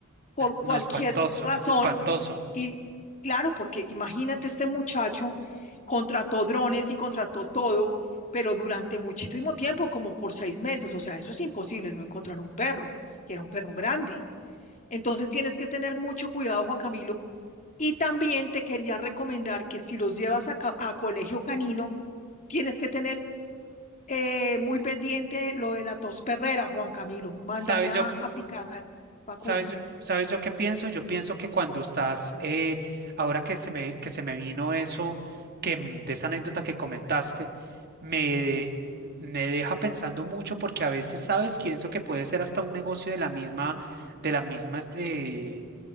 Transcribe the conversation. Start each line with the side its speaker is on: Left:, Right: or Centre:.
Left: por cualquier
Right: No, espantoso,
Left: razón.
Right: espantoso.
Left: Y claro, porque imagínate este muchacho contrató drones y contrató todo, pero durante muchísimo tiempo, como por seis meses. O sea, eso es imposible, no encontrar un perro que era un perro grande. Entonces tienes que tener mucho cuidado, Juan Camilo. Y también te quería recomendar que si los llevas a, ca- a colegio canino, tienes que tener eh, muy pendiente lo de la tos perrera, Juan Camilo. Mandarla
Right: ¿Sabes yo,
Left: a aplicar
Right: s-
Left: la vacuna.
Right: sabes yo, sabes yo qué pienso? Yo pienso que cuando estás, eh, ahora que se me, que se me vino eso, que m- de esa anécdota que comentaste, me, me deja pensando mucho porque a veces, ¿sabes? Pienso que puede ser hasta un negocio de la misma, de la misma, eh,